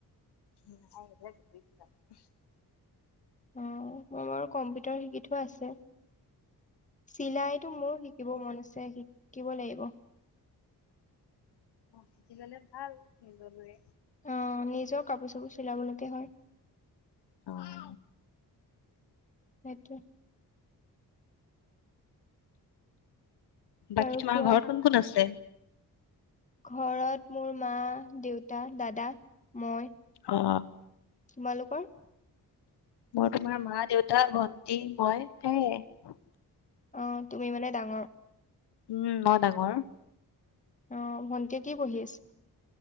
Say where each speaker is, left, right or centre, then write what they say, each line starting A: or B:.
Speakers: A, on the left (about 80°); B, on the left (about 20°).
A: <unintelligible>
B: অ মই বাৰু কম্পিউটাৰ শিকি থোৱা আছে। চিলাইতো মোৰো শিকিব মন আছে শিকিব লাগিব।
A: অ সিকি ল'লে ভাল নিজলৈৱে।
B: অ নিজৰ কাপোৰ চাপোৰ চিলাব লৈকে হয়।
A: অ।
B: সেইটোৱে
A: বাকী
B: আৰু
A: তোমাৰ
B: কোৱা
A: ঘৰত কোন কোন আছে?
B: ঘৰত মোৰ মা দেউতা দাদা মই।
A: অ'।
B: তোমালোকৰ?
A: মোৰ তোমাৰ মা দেউতা ভণ্টি মই সেয়ে।
B: অ', তুমি মানে ডাঙৰ।
A: উম, মই ডাঙৰ।
B: অ', ভণ্টিয়ে কি পঢ়ি আছে?